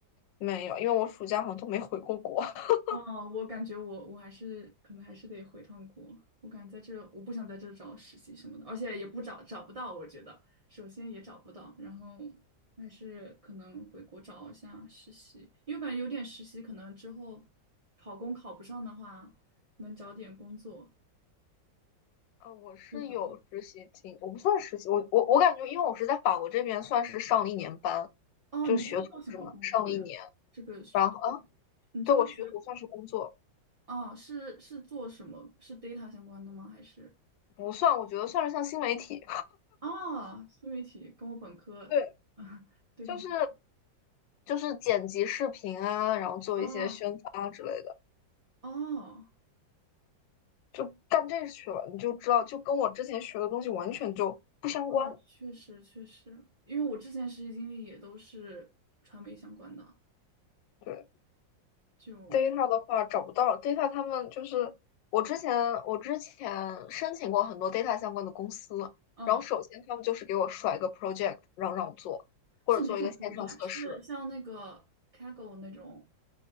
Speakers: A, on the left; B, on the right.
A: 没有，因为我暑假好像都没回过国。<laughs>
B: 哦，我感觉我我还是可能还是得回趟国，我感觉在这我不想在这找实习什么的，而且也不找找不到，我觉得首先也找不到，然后还是可能回国找一下实习，因为我感觉有点实习，可能之后考公考不上的话，能找点工作
A: 啊，我是有实习经，
B: 就找工作
A: 我不算实习，我我我感觉，因为我是在法国这边算是上了一年班，
B: 哦，
A: 就学徒制嘛，
B: 你是做什么工作呀？
A: 上了一年，
B: 这个学，
A: 然后
B: 你这个学，
A: 对我学徒算是工作，
B: 哦，是是做什么？是 data 相关的吗？还是？
A: 不算，我觉得算是像新媒体，
B: 哦，新媒体跟我本科啊
A: <laughs> 对，
B: <laughs> 对上口了。
A: 就是就是剪辑视频啊，然后做一些宣发啊之类的，
B: 啊哦
A: 就干这去了，你就知道，就跟我之前学的东西完全就不相关，
B: 哦，确实确实，因为我之前实习经历也都是传媒相关的，
A: 对。
B: 就
A: data 的话找不到 data，他们就是我之前我之前申请过很多 data 相关的公司，
B: 嗯，
A: 然后首先他们就是给我甩一个 project，让让我做，或者做一个线上测试。
B: 是哪种 project？是像那个 Kaggle 那种，